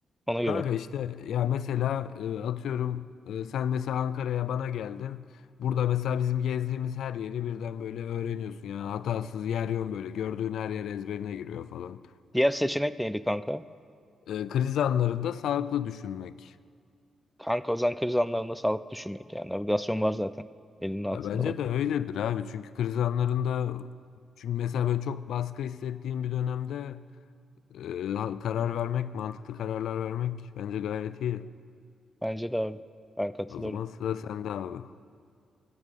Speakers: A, in the centre; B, on the left.
A: Ona göre.
B: Kanka işte ya mesela e, atıyorum e, sen mesela Ankara'ya bana geldin. Burada mesela bizim gezdiğimiz her yeri birden böyle öğreniyorsun. Yani hatasız yer yön böyle gördüğün her yer ezberine giriyor falan.
A: Diğer seçenek neydi kanka?
B: E, kriz anlarında sağlıklı düşünmek.
A: Kanka o zaman kriz anlarında sağlıklı düşünmek yani. Navigasyon var zaten. Elinin altında
B: Ya bence
A: bak.
B: de öyledir abi. Çünkü kriz anlarında çünkü mesela böyle çok baskı hissettiğim bir dönemde e, ha- karar vermek, mantıklı kararlar vermek bence gayet iyi.
A: Bence de abi. Ben katılıyorum.
B: O zaman sıra sende abi.